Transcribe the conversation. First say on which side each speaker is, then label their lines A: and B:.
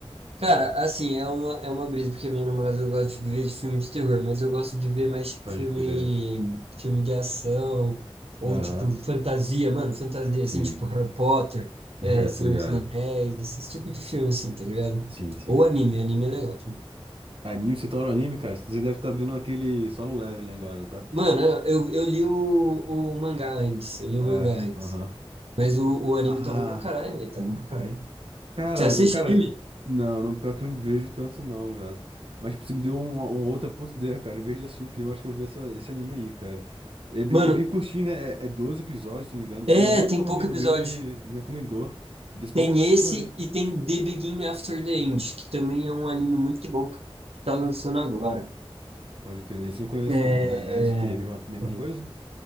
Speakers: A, on the right (about 80°); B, on the right (about 65°).
A: Cara, assim, é uma, é uma brisa, porque a minha namorada gosta de ver de filme de terror, mas eu gosto de ver mais tipo,
B: Pode
A: filme,
B: crer.
A: filme de ação, ou
B: Aham,
A: tipo fantasia, mano, fantasia,
B: sim.
A: assim, tipo Harry
B: <laughs>
A: Potter,
B: É,
A: é, Senhor
B: tá ligado.
A: dos Anéis, esse tipo de filme, assim, tá ligado?
B: Sim, sim.
A: Ou anime, anime é legal também.
B: Anime, você torna anime, cara? Você deve estar vendo aquele Solo Leveling agora, tá?
A: Mano, eu, eu li o, o mangá antes, eu li
B: É,
A: o mangá antes,
B: aham.
A: mas o, o anime
B: Ah.
A: tá bom pra caralho, velho, tá bom pra caralho.
B: Cara,
A: Você assiste
B: cara,
A: anime?
B: não, não, pior que eu não vejo tanto não, velho. Mas tipo, você me deu uma, uma outra puta ideia, cara. Em vez de assistir o filme, eu acho que eu vou ver essa- esse anime aí, cara. É bem,
A: Mano,
B: é bem curtinho, né? É, é 12 episódios, se não me engano.
A: é,
B: Um outro
A: tem pouco
B: amigo
A: episódio.
B: meu me, me recomendou. Desse pra
A: Tem
B: eu ver essa
A: esse
B: porra aí.
A: e tem The Begin After the End, que também é um anime muito bom que tá lançando agora.
B: Pode crer. Esse eu não conheço,
A: É...
B: não. É, é de quê? Mesma, mesma
A: peraí.
B: coisa?